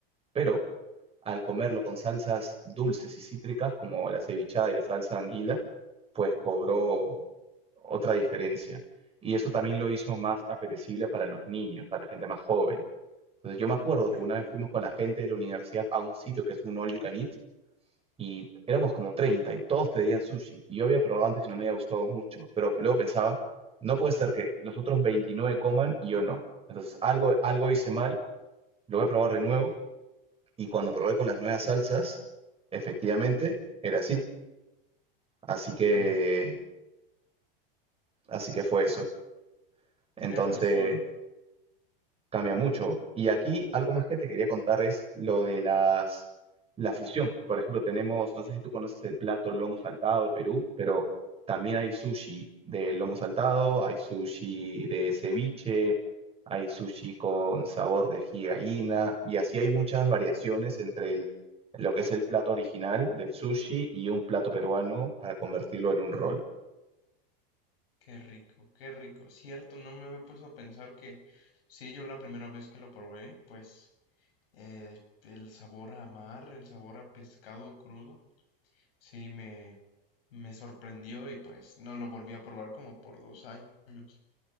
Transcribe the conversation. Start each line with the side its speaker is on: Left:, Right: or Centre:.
Right: pero al comerlo con salsas dulces y cítricas como la cevichada y la salsa anguila, pues cobró otra diferencia. Y eso también lo hizo más apetecible para los niños, para la gente más joven. Entonces yo me acuerdo
Left: Cierto,
Right: que una vez fuimos con la gente de la universidad a un sitio que es un all you can eat y éramos como 30 y todos pedían sushi. Y yo había probado antes y no me había gustado mucho, pero luego pensaba, no puede ser que los otros 29 coman y yo no. Entonces algo, algo hice mal, lo voy a probar de nuevo y cuando probé con las nuevas salsas, efectivamente era así. Así que,
Left: tienes,
Right: así que fue eso. Entonces,
Left: tienes razón.
Right: Cambia mucho. Y aquí algo más que te quería contar es lo de las, la fusión. Por ejemplo, tenemos, no sé si tú conoces el plato lomo saltado de Perú, pero también hay sushi de lomo saltado, hay sushi de ceviche, hay sushi con sabor de ají de gallina, y así hay muchas variaciones entre el- lo que es el plato original del sushi y un plato peruano para convertirlo en un rol.
Left: Qué rico, qué rico. Cierto, no me había puesto a pensar que sí, yo la primera vez que lo probé, pues eh, el sabor a mar, el sabor a pescado crudo, sí me, me sorprendió y pues no lo volví a probar como por dos años.